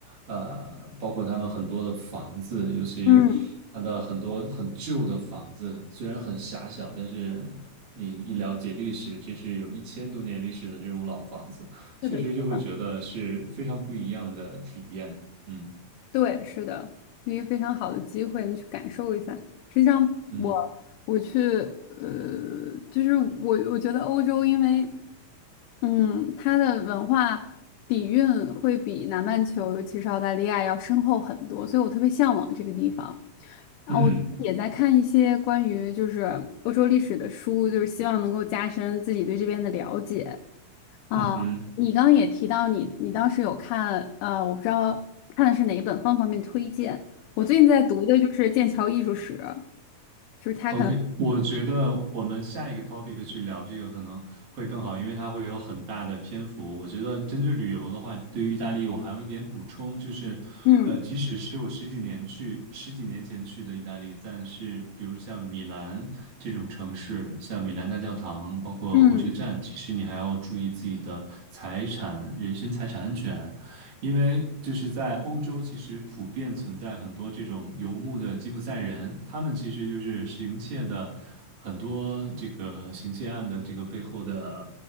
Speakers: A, on the right; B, on the left.
A: 呃，包括他们很多的房子，尤其
B: 嗯，
A: 它的很多很旧的房子，虽然很狭小，但是你一了解历史，这是有一千多年历史的这种老房子，确实就会觉得是非常不一样的体验。
B: 是的，是的，
A: 嗯
B: 对，是的，一个非常好的机会，能去感受一下。实际上我，
A: 嗯
B: 我去，呃，就是我，我觉得欧洲，因为嗯，它的文化底蕴会比南半球，尤其是澳大利亚要深厚很多，所以我特别向往这个地方。然后我也在看一些关于就是欧洲历史的书，
A: 嗯
B: 就是希望能够加深自己对这边的了解。啊，
A: 嗯哼。
B: 你刚刚也提到你，你当时有看，呃，我不知道看的是哪一本，方不方便推荐？我最近在读的就是《剑桥艺术史》，就是它可能，
A: OK，我觉得我们下一个 topic 去聊这个可能会更好，因为它会有很大的篇幅。我觉得针对旅游的话，对于意大利我还有一点补充，就是，
B: 嗯
A: 呃，即使是我十几年去、十几年前去的意大利，但是比如像米兰这种城市，像米兰大教堂，包括火车站，
B: 嗯
A: 其实你还要注意自己的财产、人身财产安全，因为就是在欧洲，其实普遍存在很多这种游牧的吉普赛人，他们其实就是行窃的很多这个行窃案的这个背后的